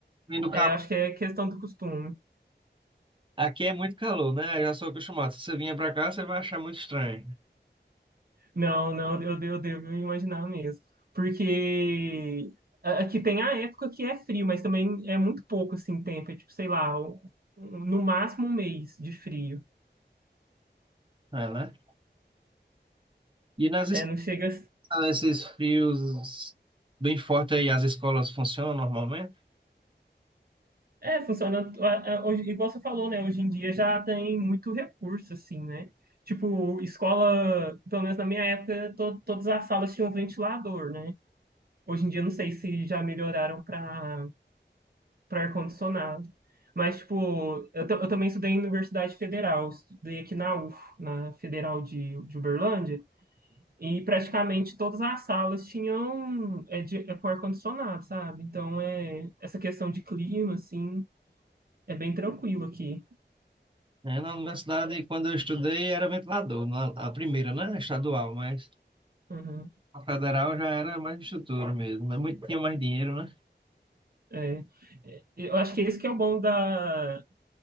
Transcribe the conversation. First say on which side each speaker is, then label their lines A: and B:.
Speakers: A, on the right; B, on the right.
A: Vindo calor.
B: É, eu acho que é questão do costume.
A: Aqui é muito calor, né? Eu já sou acostumado. Se você vinha para cá, você vai achar muito estranho,
B: Não, não, eu, eu devo imaginar mesmo. Porque a- aqui tem a época que é frio, mas também é muito pouco assim tempo, é tipo, sei lá, um- um- no máximo um mês de frio.
A: é, né? E nas
B: É, não chega.
A: escolas, esses frios bem fortes aí, as escolas funcionam normalmente?
B: É, funciona. a- a- Hoje, igual você falou, né? Hoje em dia já tem muito recurso, assim, né? Tipo, escola, pelo menos na minha época, to- todas as salas tinham ventilador, né? Hoje em dia, não sei se já melhoraram para para ar-condicionado. Mas, tipo, eu, ta- eu também estudei em Universidade Federal, estudei aqui na UF, na Federal de, de Uberlândia, e praticamente todas as salas tinham é, de, é com ar-condicionado, sabe? Então, é, essa questão de clima, assim, é bem tranquilo aqui.
A: É, na universidade, quando eu estudei, era ventilador, na- a primeira, né? Estadual, mas.
B: Uhum,
A: A federal já era mais estrutura mesmo, né? Muito, tinha mais dinheiro, né?
B: é. É, Eu acho que esse que é o bom da,